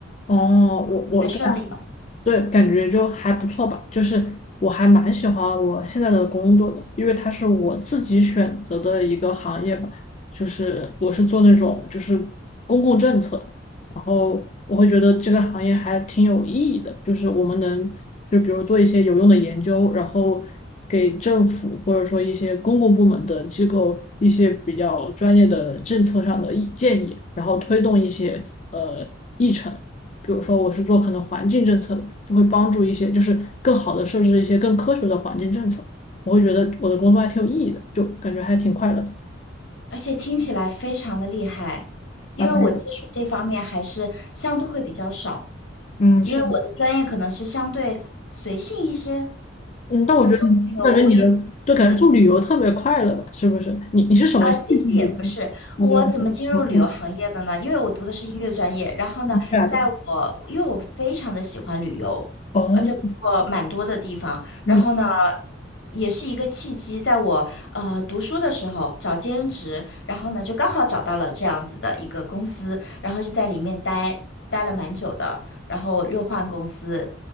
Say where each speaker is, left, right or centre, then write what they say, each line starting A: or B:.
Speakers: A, on the left (about 35°); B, on the left (about 65°).
A: 哦，我我对
B: 还顺利吗？
A: 对，感觉就还不错吧。就是我还蛮喜欢我现在的工作的，因为它是我自己选择的一个行业吧。就是我是做那种就是公共政策，然后我会觉得这个行业还挺有意义的。就是我们能就比如做一些有用的研究，然后给政府或者说一些公共部门的机构一些比较专业的政策上的意建议，然后推动一些呃议程。比如说我是做可能环境政策的，就会帮助一些，就是更好的设置一些更科学的环境政策。我会觉得我的工作还挺有意义的，就感觉还挺快乐的。
B: 而且听起来非常的厉害，因为我接触这方面还是相对会比较少。
A: 慢慢嗯，
B: 因为我的专业可能是相对随性一些，
A: 是的，嗯，但我觉得你，
B: 我做旅游也是
A: 我感觉你的，就感觉做旅游特别快乐吧，是不是？你你是什么兴趣决定？
B: 啊，其实也不是，
A: 那就让我
B: 我怎么进入旅游行业的呢？因为我读的是音乐专业，然后呢，
A: 对啊对，
B: 在我因为我非常的喜欢旅游，
A: 哦，
B: 而且我去过蛮多的地方，
A: 嗯
B: 然后呢，也是一个契机，在我呃读书的时候找兼职，然后呢就刚好找到了这样子的一个公司，然后就在里面待待了蛮久的，然后又换公司，